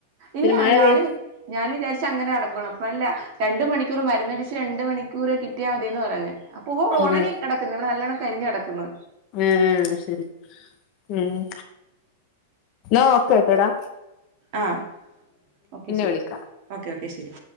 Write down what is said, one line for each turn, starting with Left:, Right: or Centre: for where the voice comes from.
Right: ഇല്ലാ
Left: പിന്നെ മഴ
Right: ഞാന്
Left: പെയ്
Right: ഞാനും വിചാരിച്ച് അങ്ങനെ നടക്കുള്ളൂ അപ്പഴല്ലാ രണ്ടു മണിക്കൂർ മരുന്നടിച്ച് രണ്ട് മണിക്കൂറ് കിട്ടിയാ മതിയെന്ന് പറഞ്ഞ് പൂവ്കള്
Left: ആഹ്
Right: ഒണങ്ങി കെടക്കുന്ന് ഇവിടെ നല്ലോണ്ണം കരിഞ്ഞ് കെടക്ക്ന്ന്
Left: ഏഹ് അയ് ശെരി ഏഹ് ഓക്കേട്ടോടാ
Right: ആഹ് ഓക്കെ ശെരി
Left: വിളിക്കാം
Right: ഓക്കെ ഓക്കെ ശെരി